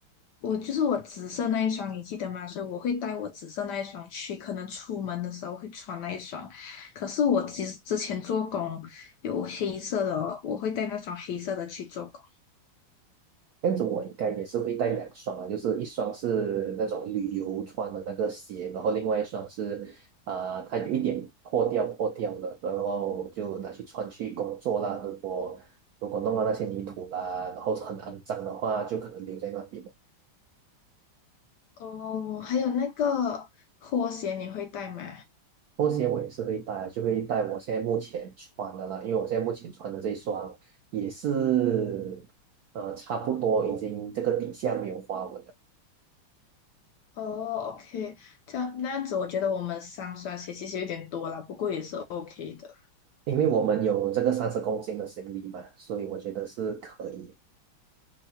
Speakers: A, on the left; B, on the right.
A: 我就是我紫色那一双，你记得吗？所以我会带我紫色那一双去，可能出门的时候会穿那一双。可是我之之前做工有黑色的哦，我会带那双黑色的去做工。
B: 这样子我应该也是会带两双啊，就是一双是那种旅游穿的那个鞋，然后另外一双是，啊、它有一点破掉破掉的，然后就拿去穿去工作啦。如果如果弄到那些泥土啦，然后很肮脏的话，就可能留在那边了
A: 哦，还有那个拖鞋你会带吗？
B: 拖鞋我也是会带，就会带我现在目前穿的啦，因为我现在目前穿的这一双也是，呃，差不多已经这个底下没有花纹了。
A: 哦，OK，这样那样子，我觉得我们三双鞋其实有点多了，不过也是 OK 的。
B: 因为我们有这个三十公斤的行李嘛，所以我觉得是可以